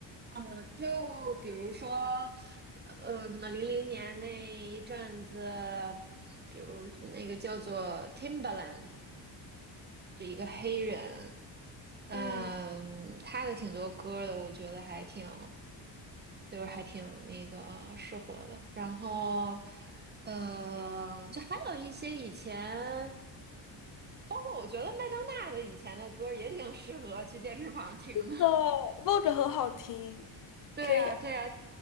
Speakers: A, on the right (about 25°); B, on the left (about 50°).
A: 嗯，就比如说，呃，可能零零年那一阵子，比如那个叫做 t i m b e r l a n d 就一个黑人，嗯，
B: 嗯，
A: 他的挺多歌的，我觉得还挺，就是还挺那个适合的。然后，呃，就还有一些以前，包括我觉得麦当娜的以前的歌也挺适合去健身房听的。
B: 那 v 着很好听，
A: 对啊，
B: 可以。
A: 对啊，